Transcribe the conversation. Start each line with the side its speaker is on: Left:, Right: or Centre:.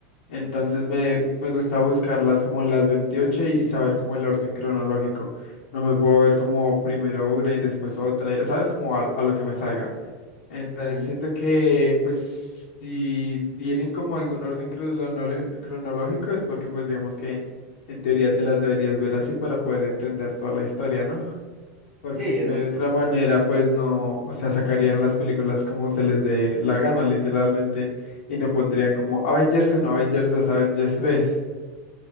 Left: entonces me, me gusta buscarlas como las 28 y saber como el orden cronológico. No me puedo ver como primero una y después otra, ¿sabes? Como a, a lo que me salga. Entonces
Centre: Ujú.
Left: siento que pues si tienen como algún orden cronolo- cronológico es porque pues digamos que en teoría te las deberías ver así para poder entender toda la historia, ¿no? Porque
Centre: Sí,
Left: si
Centre: es
Left: no
Centre: muy
Left: de
Centre: importante.
Left: otra manera pues no, o sea, sacarían las películas como se les dé la gana literalmente y no pondrían como Avengers uno Avengers dos Avengers tres